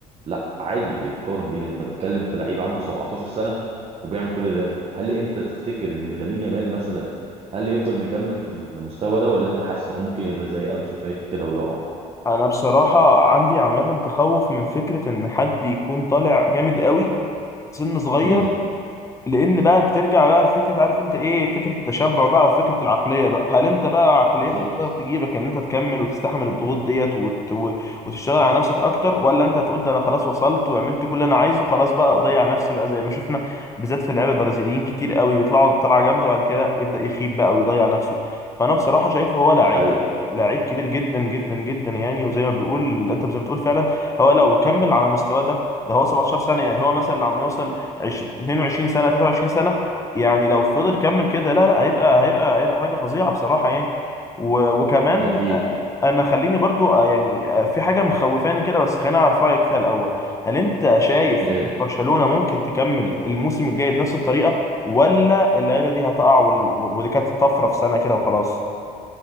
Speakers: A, on the right; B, on the left.
A: لا عادي يتقارن بيه لان انت بتتكلم في لعيب عنده 17 سنة وبيعمل كل ده هل انت تفتكر ان لامين يامال مثلا هل يفضل مكمل في المستوى ده ولا انت حاسس انه ممكن يبقى زي انسو فاتي كده ويقع
B: انا بصراحة عندي عامة تخوف من فكرة ان حد يكون طالع جامد قوي سن صغير
A: امم
B: لان بقى بترجع بقى لفكره عارف انت ايه فكره التشبع بقى وفكره العقليه بقى هل انت بقى عقليتك
A: بالظبط
B: تقدر تجيبك ان انت تكمل وتستحمل الضغوط ديت وت... و- وتشتغل على نفسك اكتر ولا انت هتقول ده انا خلاص وصلت وعملت كل اللي انا عايزه خلاص بقى اضيع نفسي بقى زي ما شفنا بالذات في اللعيبه البرازيليين كتير قوي بيطلعوا طلعه جامده وبعد كده يبدا يخيب بقى ويضيع نفسه فانا بصراحه شايفه هو لعيب
A: دي حقيقة
B: لعيب كبير جدا جدا جدا يعني وزي ما بيقول انت زي ما بتقول فعلا هو لو كمل على مستواه ده ده هو 17 سنه يعني هو مثلا لما يوصل عش- 22 سنة 23 سنة يعني لو فضل كمل كده لا لا هيبقى هيبقى هيبقى حاجة فظيعة بصراحة يعني و- وكمان
A: اكيد
B: انا خليني برضو آه، يعني آه، في حاجة مخوفاني كده بس خليني اعرف رأيك فيها الأول هل انت شايف
A: ايه
B: إن برشلونة ممكن تكمل الموسم الجاي بنفس الطريقة ولا اللعيبة دي هتقع وال- ودي كانت طفرة في سنة كده وخلاص